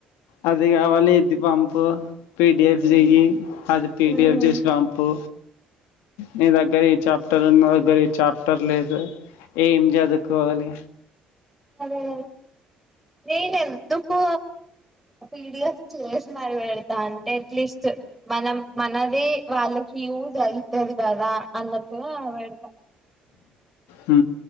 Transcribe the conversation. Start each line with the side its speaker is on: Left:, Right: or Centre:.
Left: అది గావాలి ఇది పంపు పి డి ఎఫ్
Centre: ఉమ్
Left: జియ్యీ అది పి
Centre: ఉమ్
Left: డి ఎఫ్ జేసి వంపు నీ దగ్గర ఈ చాప్టర్ ఉన్ నా దగ్గర ఈ చాప్టర్ లేదు ఏం జదుకోవాలి
Centre: అదే గదా నేన్ ఎందుకూ పి డి ఎఫ్ చేసి మరి వెడ్ ద అంటే అట్లీస్ట్ మనం మనవీ వాళ్లకి యూస్ అయ్ తది కదా అన్నట్టుగా వెడుక
Left: ఉ